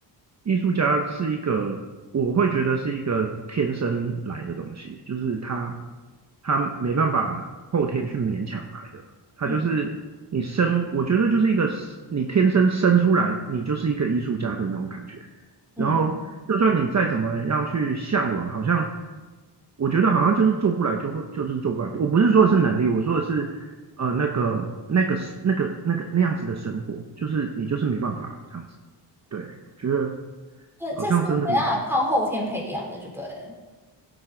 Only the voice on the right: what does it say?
艺术家是一个，我会觉得是一个天生来的东西，就是他他没办法后天去勉强来的，他就是你生，
我觉得就是一个你天生生出来，你就是一个艺术家的那种感觉。
然后就算你再怎么样去向往，好像我觉得好像就是做不来就会就是做不来。我不是说的是能力，我说的是呃那个那个那个那个那样子的生活，就是你就是没办法这样子。对，我觉得
好像真的